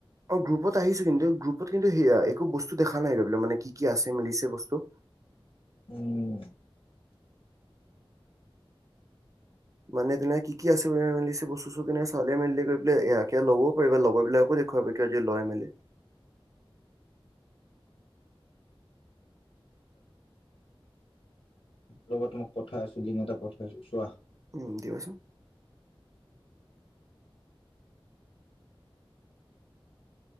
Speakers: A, on the right (about 35°); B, on the left (about 75°).
A: অ গ্ৰুপত আহিছো কিন্তু গ্ৰুপত কিন্তু সেয়া একো বস্তু দেখা নাই ৰ বল মানে কি কি আছে মেলিছে বস্তু
B: উম
A: মানে তেনে কি আছে বুলি মেলিলিছে বস্তু চ তেনে চালে মেলিলি গৈ পেলাই এয়া এ ল'বও পাৰিবা লগৰবিলাকো দেখুৱাব কিয় আজি লৈ মেলি
B: ৰবা তোমাক পঠাই আছো লিং এটা পঠাইছো চোৱা
A: উম দিৱচোন